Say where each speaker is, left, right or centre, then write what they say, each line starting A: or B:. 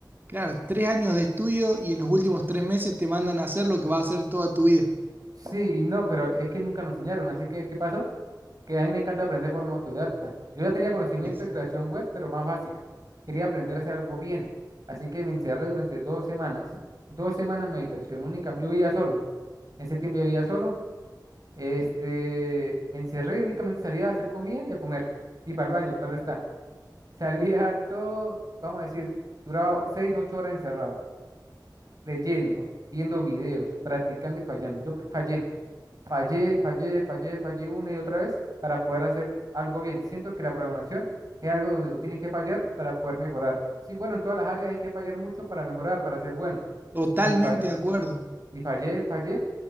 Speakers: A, on the right (about 25°); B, on the right (about 50°).
A: Claro, tres años de estudio y en los últimos tres meses te mandan a hacer lo que vas a hacer toda tu vida.
B: Sí, y no, pero es que nunca nos enseñaron. Así que, ¿qué pasó? Que a mí me encanta aprender de forma autodidacta. Yo ya tenía conocimiento
A: Exacto.
B: de creación web, pero más básica. Quería aprender a hacer algo bien. Así que me encerré durante dos semanas. Dos semanas en mi habitación única. Yo vivía solo. En ese tiempo yo vivía solo Este, me encerré y únicamente salía a hacer comida y a comer. Y para el baño, claro está. <laughs> Salía todo, vamos a decir, duraba seis, ocho horas encerrado, leyendo, viendo videos, practicando y fallando. Yo pr- fallé, fallé, fallé, fallé, fallé una y otra vez para poder hacer algo bien. Siento que la programación es algo donde tú tienes que fallar para poder mejorar. Sí, bueno, en todas las áreas hay que fallar mucho para mejorar, para ser bueno.
A: Totalmente
B: Y, fa-
A: de acuerdo.
B: y fallé, fallé.